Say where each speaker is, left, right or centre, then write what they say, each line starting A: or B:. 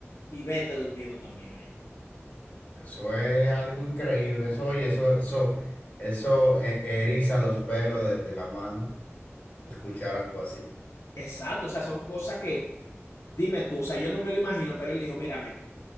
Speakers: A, on the left; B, on the left.
A: y vete durmiendo también ahí.
B: Eso es algo increíble. Eso, oye, eso, eso, eso eh, eriza los pelos de, de la mano, escuchar algo así.
A: Exacto, o sea, son cosas que, dime tú, o sea, yo no me lo imagino, pero él dijo, mírame.